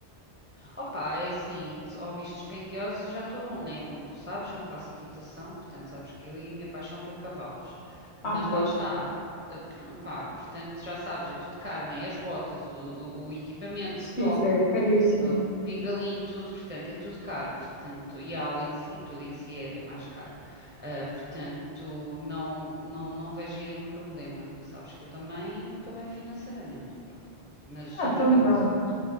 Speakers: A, on the right; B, on the left.
A: Opa, é assim, de- hobbies dispendiosos eu já estou num, né? Como tu sabes, eu faço equitação, portanto, sabes que eu e a minha paixão por cavalos. Mas
B: Ah, pois,
A: lá está, eh, por- pá, portanto, já sabes, é tudo caro, né? As botas, o, o- o equipamento,
B: sim,
A: o toque,
B: isso é caríssimo.
A: eh, o pingalinho, tudo, portanto, é tudo caro, portanto, e a aula em si, tudo em si é, é mais caro. Ah, portanto, não, não, não vejo aí um problema. Sabes que eu também estou bem financeiramente, pronto. Mas,
B: Ah,
A: amiga,
B: então pronto,
A: mas ó,